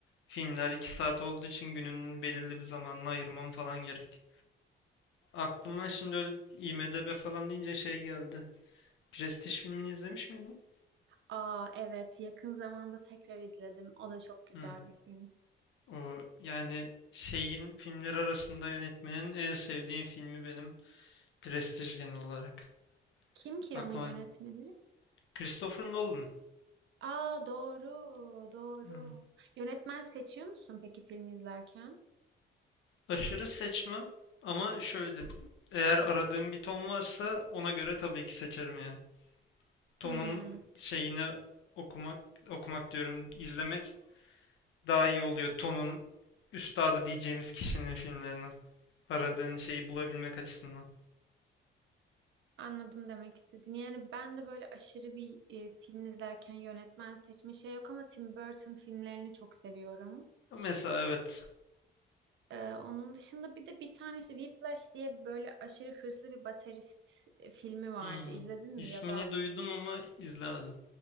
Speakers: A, on the left; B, on the right.
A: filmler 2 saat olduğu için gününün belirli bir zamanını ayırmam falan gerek. Aklıma şimdi öyle IMDb falan deyince şey geldi. Prestige filmini izlemiş miydin?
B: Aa evet yakın zamanda tekrar izledim. O da çok güzel
A: Hı.
B: bir film.
A: O, yani şeyin filmleri arasında yönetmenin en sevdiğim filmi benim. Prestige genel olarak.
B: Kim ki
A: Aklıma
B: onun yönetmeni?
A: Christopher Nolan.
B: Aa doğru, doğru.
A: Hı.
B: Yönetmen seçiyor musun peki film izlerken?
A: Aşırı seçmem ama şöyle eğer aradığım bir ton varsa ona göre tabii ki seçerim yani. Ton'un
B: Hmm,
A: şeyini okumak, okumak diyorum, izlemek daha iyi oluyor. Ton'un üstadı diyeceğimiz kişinin filmlerini. Aradığın şeyi bulabilmek açısından.
B: anladım demek istediğini. Yani ben de böyle aşırı bir e, film izlerken yönetmen seçme şey yok ama Tim Burton filmlerini çok seviyorum.
A: Mesela evet.
B: Ee, onun dışında bir de bir tane işte Whiplash diye böyle aşırı hırslı bir baterist e, filmi vardı.
A: Hmm.
B: İzledin
A: İsmini
B: mi ya da
A: duydum ama izlemedim.